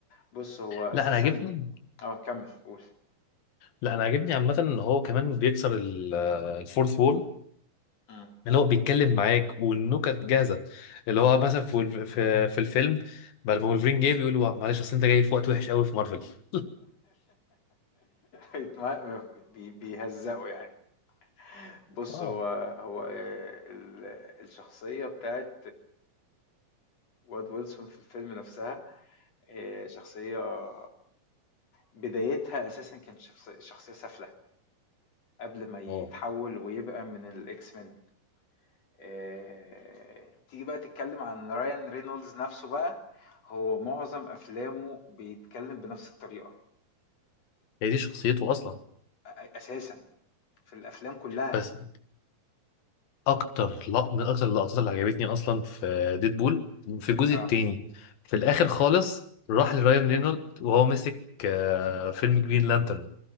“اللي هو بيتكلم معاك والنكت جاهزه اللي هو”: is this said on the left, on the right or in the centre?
Left